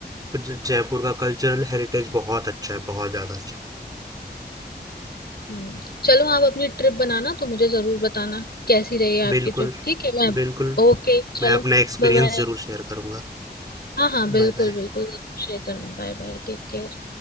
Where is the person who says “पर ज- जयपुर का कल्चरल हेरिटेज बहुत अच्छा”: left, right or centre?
Right